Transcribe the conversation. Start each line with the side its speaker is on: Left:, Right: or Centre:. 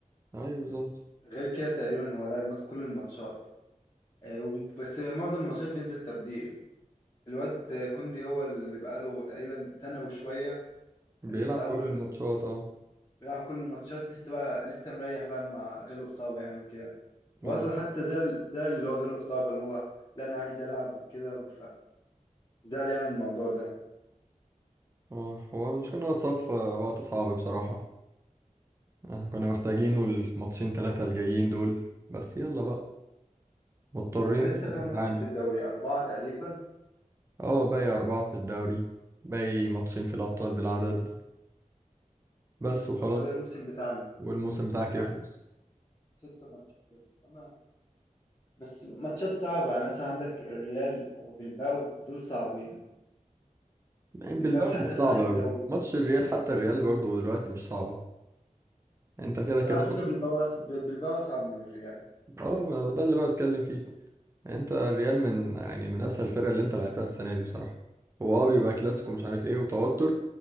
Right: ايوه بالظبط
Left: غير كده تقريبا هو لعب مات- كل الماتشات آه، وب- بس معظم الماتشات بينزل تبديل الواد آه، كوندي هو اللي بقاله تقريبا سنه وشويه
Right: بيلعب
Left: لسه اول
Right: كل الماتشات اه
Left: بيلعب كل الماتشات لسه بقى لسه مريح بقى ما جاله اصابه يعني وكده واصلا
Right: اه
Left: حتى زعل زعل اللي هو جاله اصابه اللي هو لا انا عايز العب وكده زعل يعني من الموضوع ده
Right: اه هو المشكلة ان هو اتصاب في وقت صعب بصراحة آه، كنا محتاجينه الماتشين ثلاثة الجايين دول بس يلا بقى مضطرين
Left: هو لسه
Right: دلوقتي
Left: كام
Right: نتعامل
Left: ماتش في الدوري أربعة تقريبا
Right: اه باقي أربعة في الدوري باقي ماتشين في الأبطال بالعدد بس وخلاص
Left: هو ده الموسم بتاعنا
Right: والموسم بتاعك
Left: يعني
Right: يخلص
Left: ست ماتشات بس تمام بس ماتشات صعبة يعني مثلا عندك الريال وبلباو دول صعبين
Right: يعني بالباو
Left: بلباو حتى
Right: مش
Left: في
Right: صعب
Left: آخر
Right: قوي
Left: جولة
Right: ماتش الريال حتى الريال برضو دلوقتي مش صعبة يعني انت كده
Left: بس
Right: كده
Left: على فكرة بلباو أص- ب- بلباو أصعب من الريال
Right: اه ده اللي بقى اتكلم فيه يعني انت الريال من يعني من اسهل الفرق اللي انت لعبتها السنة دي بصراحة هو اه بيبقى كلاسيكو مش عارف ايه وتوتر